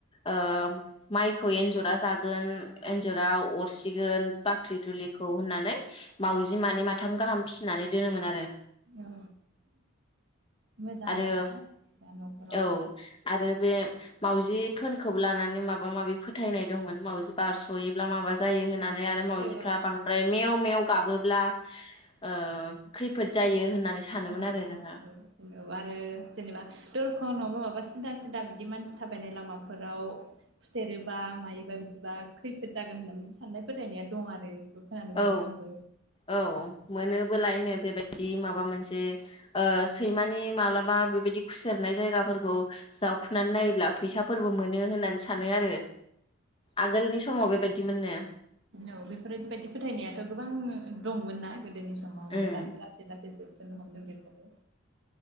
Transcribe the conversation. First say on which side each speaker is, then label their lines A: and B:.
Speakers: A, on the left; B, on the right.
A: ओम माइखौ एन्जरा जागोन एन्जराव सिगोन बाख्रि दुलिखौ होननानै मावउजि मानै माथाम गाहाम फिसिनानै दोनोमोन आरो।
B: औ मोजांबो
A: आरो
B: ना जेनेबा न'खराव
A: औ आरो बे माउजिफोरखौ लानानै माबा माबि फोथायनाय दंमोन, मावजि बारस'योब्ला माबा जायो होन नानै आरो मावजिफ्रा
B: औ
A: बांद्राय मेव मेव गाबो ब्ला ओ खैफोद जायो होननानै सानोमोन
B: औ
A: आरो जोङो।
B: औ आरो जेनेबा दरखं नङाबा माबा सिदा सिदा बिदि मानसि थाबायनाय लामाफोराव, खुसेरोबा मायोबा बिदिबा खैफोद जागोन होननानै बिदि साननाय फोथायनाया दं आरो। खोनानो मोन्दों
A: औ
B: आंबो
A: औ मोनोबो लायनो बेबाय बिदि माबा मोनसे, ओ सैमानि मालाबा बेबायदि खुसेरनाय जायगाफोरखौ जावखुनानै नायोब्ला फैसाफोरबो मोनो होननानै सानो आरो। आगोलनि समाव बेबायदिमोननो।
B: औ बेफोरबायदि बायदि फोथायनायाथ' गोबां दंमोनना? गोदोनि समाव
A: उम
B: दासो लासै लासै जोबफोनो हमदों बेफोरो।